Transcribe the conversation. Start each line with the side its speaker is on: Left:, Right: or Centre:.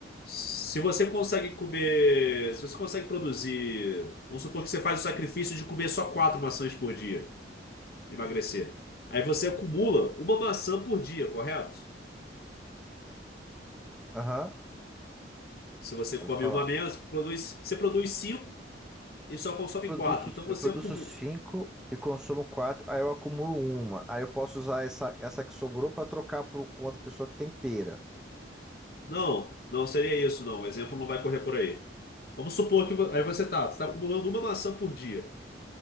Left: Se você consegue comer, se você consegue produzir, vamos supor que você faz o sacrifício de comer só quatro maçãs por dia, emagrecer. Aí você acumula uma maçã por dia, correto?
Centre: Aham,
Left: Se você
Centre: pode
Left: come
Centre: falar.
Left: uma menos, produz, você produz cinco e só consome
Centre: Eu produzo,
Left: quatro. Então
Centre: eu
Left: você
Centre: produzo
Left: acumula.
Centre: cinco e consumo quatro, aí eu acumulo uma. Aí eu posso usar essa, essa que sobrou para trocar por, com outra pessoa que tem pera,
Left: Não, não seria isso, não. O exemplo não vai correr por aí. Vamos supor que vo- aí você está tá, você está acumulando uma maçã por dia.